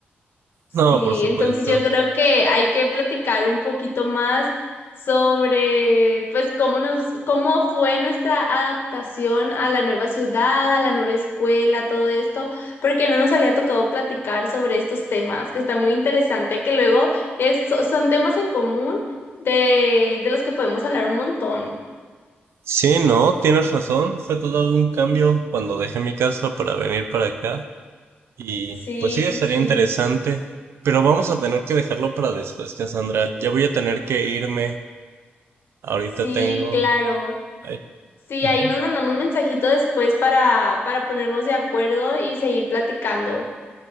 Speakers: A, on the left (about 65°); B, on the right (about 80°).
A: Sí,
B: No, por supuesto.
A: entonces yo creo que hay que platicar un poquito más sobre, pues, cómo nos, cómo fue nuestra adaptación a la nueva ciudad, a la nueva escuela, todo esto, porque no nos había tocado platicar sobre estos temas, que está muy interesante, que luego es- so- son temas en común de, de los que podemos hablar un montón.
B: Sí, no, tienes razón. Fue todo un cambio cuando dejé mi casa para venir para acá. Y
A: Sí,
B: pues sí,
A: sí,
B: estaría
A: sí.
B: interesante. Pero vamos a tener que dejarlo para después, Cassandra. Ya voy a tener que irme. Ahorita
A: Sí,
B: tengo...
A: claro.
B: ay.
A: Sí,
B: <laughs>
A: ahí nos mandamos un mensajito después para, para ponernos de acuerdo y seguir platicando.